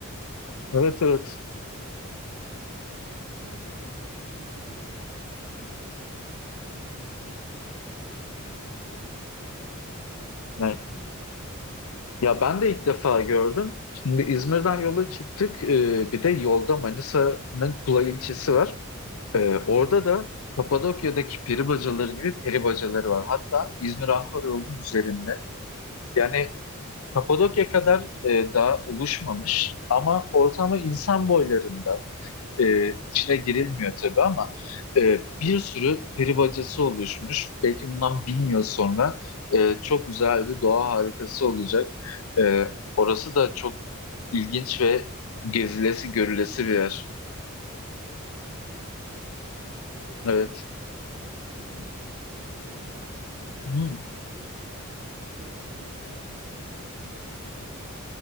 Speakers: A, on the right (about 45°); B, on the left (about 80°).
A: Kendi ülkemizde
B: Evet evet.
A: varmış, Türkiye'de varmış. Ee, senin bunu dediğin çok iyi oldu. Ben şimdi bunu mutlaka e, listeme ekleyeceğim ve e, oraya gidip göreceğim. Sen görmüş
B: Yani
A: müydün, gitmiş miydin?
B: Ya ben de ilk defa gördüm. Şimdi İzmir'den yola çıktık. Ee, bir de yolda Manisa'nın Tula ilçesi var. Ee, orada da Kapadokya'daki peri bacaları gibi peri bacaları var. Hatta İzmir-Ankara yolunun üzerinde. Yani Kapadokya kadar e, daha oluşmamış ama ortamı insan boylarında. E, içine girilmiyor tabii ama e, bir sürü peri bacası oluşmuş. Belki bundan bin yıl sonra e, çok güzel bir doğa harikası olacak. E, Orası da çok İlginç ve gezilesi görülesi bir yer.
A: Peri bacaları ha. Peri bacalarını
B: Evet.
A: ben daha yeni gördüm ya Nevşehir'de. Ee,
B: Hmm.
A: yaklaşık üç dört ay önce gittim bir arkadaşımla.